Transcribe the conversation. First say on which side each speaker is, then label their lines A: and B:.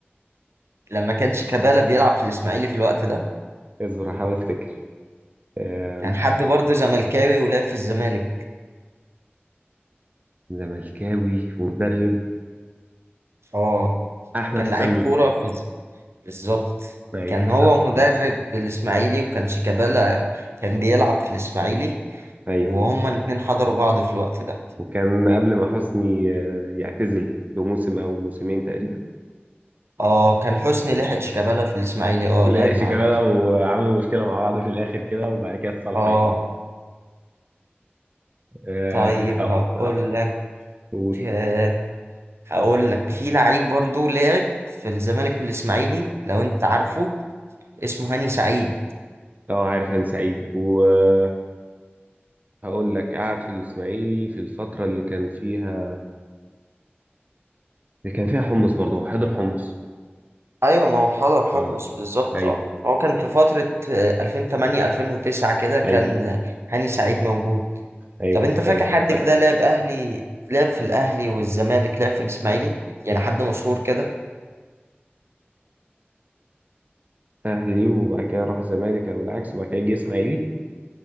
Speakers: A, on the right; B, on the right.
A: لما كان شيكابالا بيلعب في الاسماعيلي في الوقت ده
B: اصبر هحاول افتكر آه،
A: كان حد برضه زملكاوي ولعب في الزمالك
B: زملكاوي ومدرب
A: اه
B: احمد
A: كان
B: حسام
A: لعيب
B: ميدو
A: كوره في الز- بالظبط
B: ايوه
A: كان
B: افتكرت
A: هو
B: خلاص
A: مدرب الاسماعيلي وكان شيكابالا كان بيلعب في الاسماعيلي
B: ايوه
A: وهما الاتنين حضروا بعض في الوقت ده
B: وكان قبل ما حسني آه، يعتزل بموسم او موسمين تقريبا
A: اه كان حسني
B: كان
A: لحق شيكابالا في الاسماعيلي اه
B: لحقش
A: لعب معاه
B: كمالة وعملوا مشكلة مع بعض في الآخر كده وبعد كده اتصالحوا
A: اه
B: يعني آه،
A: طيب
B: أه
A: هقول
B: أه
A: لك
B: قول
A: آه، هقول لك في لعيب برضه لعب في الزمالك والاسماعيلي لو انت عارفه اسمه هاني سعيد
B: أه عارف هاني سعيد وهقول لك قعد في الإسماعيلي في الفترة اللي كان فيها اللي كان فيها حمص برضه هو حضر حمص
A: ايوه ما هو حضر حمص
B: أه
A: بالظبط
B: أيوه
A: اه هو كان في فترة آه، 2008 2009 كده كان
B: أيوه
A: هاني سعيد موجود
B: أيوه
A: طب انت فاكر
B: أيوه
A: حد
B: فاكره
A: كده لعب اهلي لعب في الاهلي والزمالك لعب في الاسماعيلي يعني حد مشهور كده
B: أهلي وبعد كده راح الزمالك أو العكس وبعد كده جه إسماعيلي